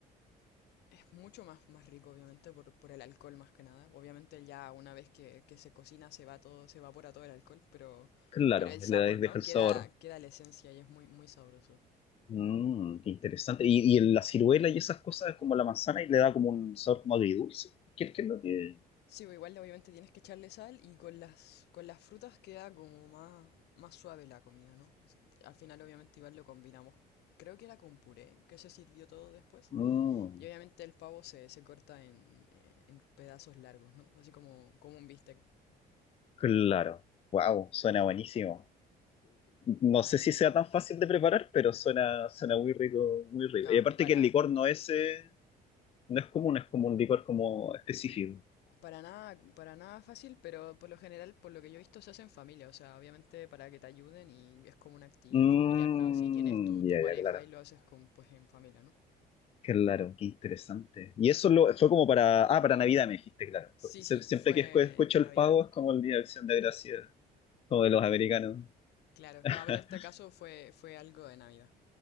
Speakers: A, on the left; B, on the left.
A: es mucho más, más rico, obviamente, por, por el alcohol más que nada. Obviamente ya una vez que, que se cocina se va todo, se evapora todo el alcohol, pero,
B: Claro,
A: pero el sabor,
B: le deja
A: ¿no?
B: el
A: Queda,
B: sabor.
A: queda la esencia y es muy, muy sabroso.
B: Mm, qué interesante. ¿Y, y la ciruela y esas cosas, como la manzana, y le da como un sabor como agridulce? ¿Qué, qué es lo que...?
A: Sí, pues igual obviamente tienes que echarle sal y con las, con las frutas queda como más, más suave la comida, ¿no? S- Al final obviamente igual lo combinamos, creo que era con puré, que se sirvió todo después.
B: Mm.
A: Y obviamente el pavo se, se corta en, en pedazos largos, ¿no? Así como, como un bistec.
B: Claro. Wow, suena buenísimo. No sé si sea tan fácil de preparar, pero suena, suena muy rico, muy rico.
A: No,
B: Y aparte
A: para,
B: que el licor no es, eh, no es común, es como un licor como específico.
A: para nada, para nada fácil, pero por lo general, por lo que yo he visto, se hace en familia, o sea, obviamente para que te ayuden y es como una actividad
B: Mm,
A: familiar, ¿no? Si tienes tu, tu
B: ya,
A: pareja
B: ya, claro.
A: y lo haces con, pues en familia, ¿no?
B: Claro, qué interesante. Y eso lo, fue como para, ah, para Navidad me dijiste, claro.
A: Sí,
B: Porque se-
A: sí,
B: siempre
A: fue
B: que escu- escucho
A: en
B: el
A: Navidad.
B: pavo es como el Día de Acción de Gracias, como de los americanos.
A: Claro,
B: <laughs>
A: no, pero este caso fue, fue algo de Navidad.